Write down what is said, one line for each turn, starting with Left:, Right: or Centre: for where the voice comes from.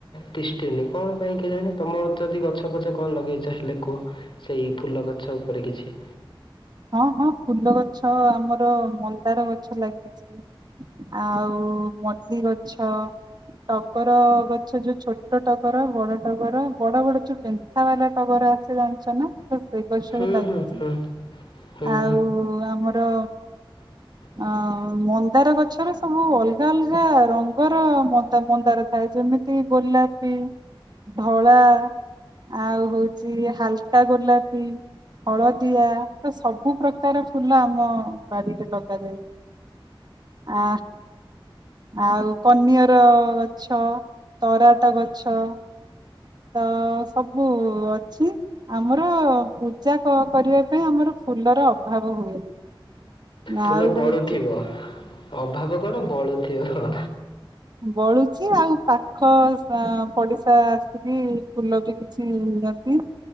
Left: ତିଷ୍ଠି ନିଜ କଣ ପାଇଁ କି କେଜାଣି ତମର ଯଦି ଗଛ ପଛ କଣ ଲଗେଇଚ ହେଲେ କୁହ? ସେଇ ଫୁଲ ଗଛ ଉପରେ କିଛି
Right: ହଁ ହଁ ଫୁଲ ଗଛ ଆମର ମନ୍ଦାର ଗଛ ଲାଗିଚି। ଆଉ ମଲ୍ଲି ଗଛ। ଟକର ଗଛ ଯୋଉ ଛୋଟ ଟଗର, ବଡ ଟକର ବଡ ବଡ ଯୋଉ ପେ ପେନ୍ଥା ବାଲା ଟଗର ଆସେ ଜାଣିଚ ନା ସେଇ ଗଛ
Left: ହୁଁ
Right: ବି ଲାଗିଚି।
Left: ହୁଁ ହୁଁ ହୁଁ
Right: ଆଉ ଆମର
Left: ହଁ।
Right: ଆଉ ମନ୍ଦାର ଗଛର ସବୁ ଅଲଗା ଅଲଗା ରଙ୍ଗର ମନ୍ଦାର ଥାଏ ଯେମିତି ଗୋଲାପୀ, ଧଳା ଆଉ ହୋଉଚି ହାଲକା ଗୋଲାପୀ ହଳଦିଆ ତ ସବୁ ପ୍ରକାର ଫୁଲ ଆମ ବାରିରେ ଲଗା ଆ ଆଉ କନିଅର ଗଛ ଟରାଟ ଗଛ ତ ସବୁ ଅଛି। ଆମର ପୂଜା କ କରିବା ପାଇଁ ଆମର ଫୁଲର ଅଭାବ ହୁଏନି।
Left: ଫୁଲ
Right: ଆଉ ହଁ
Left: ବଳୁଥିବ ଅଭାବ କଣ ବଳୁଥିବ।
Right: ବଳୁଚି ଆଉ ପାଖ ପଡିଶା କିଛି ଫୁଲ ବି କିଛି ନିଅନ୍ତି